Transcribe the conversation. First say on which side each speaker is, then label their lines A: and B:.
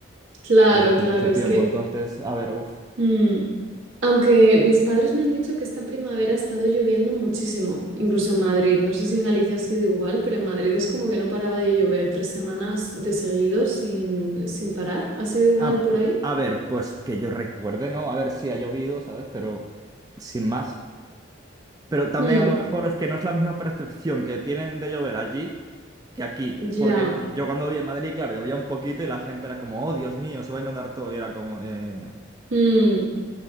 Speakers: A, on the right (about 80°); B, on the right (about 20°).
A: Claro,
B: desde hace
A: claro,
B: mucho tiempo.
A: es que
B: Entonces, a ver, uff.
A: mm, aunque mis padres me han dicho que esta primavera ha estado lloviendo muchísimo, incluso en Madrid, no sé si en Galicia ha sido igual, pero en Madrid es como que no paraba de llover tres semanas de seguido sin, sin parar, ¿ha sido igual
B: A,
A: por ahí?
B: a ver, pues que yo recuerde, ¿no? A ver si ha llovido, ¿sabes? Pero sin más. Pero también
A: Mm,
B: a lo mejor es que no es la misma percepción que tienen de llover allí que aquí.
A: ya,
B: Porque yo cuando viví en Madrid, claro, llovía un poquito y la gente era como, oh, Dios mío, se va a inundar todo. Y era como, eh,
A: Mm,